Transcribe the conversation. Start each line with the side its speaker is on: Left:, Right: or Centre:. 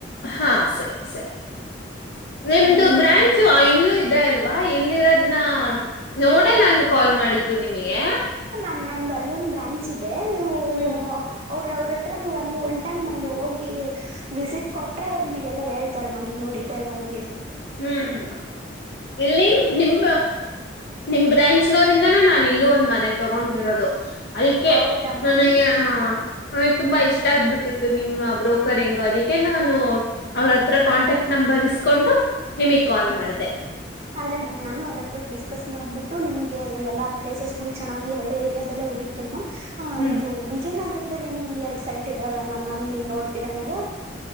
Left: ಹಾ ಸರಿ ಸರಿ ನಿಮ್ದು
Right: ಅದೇ ಮ್ಯಾಮ್
Left: ಬ್ರಾಂಚು ಇಲ್ಲೂ ಇದೆ ಅಲ್ವಾ ಅಲ್ವಾ ಇಲ್ಲಿರೋದ್ನ ನೋಡೆ ನಾನು ಕಾಲ್ ಮಾಡಿ ದು ನಿಮಗೆ
Right: ನಮ್ದ ಅಲ್ಲೊಂದು ಬ್ರಾಂಚ್ ಇದೆ ಅದೇ ನೀವು
Left: ಹ್ಮ್
Right: ಅವರು ಅವ್ರ ಹತ್ರ ನೀವು ಅಲ್ಲಿ ಒನ್ ಟೈಮ್ ಅಲ್ಲಿ ಹೋಗಿ ವಿಸಿಟ್ ಕೊಟರೆೆ ಅವ್ರು ನಿಮಗೆಲ್ಲ ಹೇಳ್ತಾರೆ ಮ್ಯಾಮ್ ಇನ್ನುೂ ಡೀಟೇಲ್ ಆಗಿ
Left: ಹ್ಮ್ ಇಲ್ಲಿ ನಿಮ್ ನಿಮ್ ಬ್ರ್ಯಾಂಚ್ನೋರಿಂದಾನೇ ನಾನ್ ಇಲ್ಲೂ ಒಂದ್ ಮನೆ ತಗೊಂಡಿರೋದು ಅದಕ್ಕೆ
Right: ಹೌದಾ ಮ್ಯಾಮ್
Left: ನನಗೆ ಹಾ ಅವಗ್ ತುಂಬಾ ಇಷ್ಟ ಆಗ್ಬಿಟ್ಟಿತ್ತು ನಿಮ್ಮ ಬ್ರೋಕರಿಂಗ್ ಅದಕ್ಕೆ ನಾನು ಅವ್ರ ಹತ್ರ ಕಾಂಟ್ಯಾಕ್ಟ್ ನಂಬರ್ ಇಸ್ಕೊಂಡು ನಿಮಗ್ ಕಾಲ್ ಮಾಡಿದೆ
Right: ಅೇ ಮ್ಯಾಮ್ ನಾನನ್ ಅವ್ರ ಹತ್ರ ಡಿಸ್ಕಸ್ ಮಾಡ್ಬಿಟ್ಟು ನಿಮಗೆ ಎಲ್ಲ ಪ್ಲೇಸಸ್ ಗಳು ಚನ್ನಾಗಿ ಒಳ್ಳೆ ರಿಯಾದಲ್ಲೇ ಹುಡುಕ್ತನಿ ಮ್ಯಾಮ್ ಹ
Left: ಹ್ಮ್
Right: ಇದು ವಿಜಯನಗರ ಇದಲ್ಲಿ ನಿಮ್ಗೆ ಎರಡು ಸೈಟ್ ಇದದೆಲ್ಲ ಮ್ಯಾಮ್ ಅಲ್ಲಿ ನೋಡ್ತೀರಾ ನೀವು